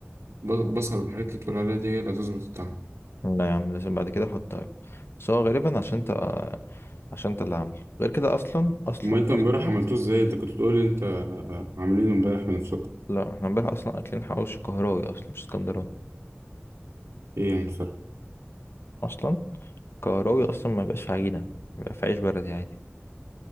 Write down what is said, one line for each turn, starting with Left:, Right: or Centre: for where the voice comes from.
Right: البصل والحاجات اللي بتقول عليها دي هي اللي هتظبط الطعم
Left: لا يا عم لازم بعد كده احط توابل بس هو غالبا عشان انت عشان انت اللي عامله غير كده اصلا اصلا
Right: امال انت امبارح
Left: اصلا
Right: عملتوه ازاي انت كنت بتقول لي انت عاملينه امبارح بنفسكم
Left: لا احنا امبارح اصلا اكلين حواوشي قهراوي اصلا مش اسكندراني
Right: ايه يعني الفرق
Left: اصلا قهراوي اصلا ما بيبقاش في عجينة بيبقى في عيش بلدي عادي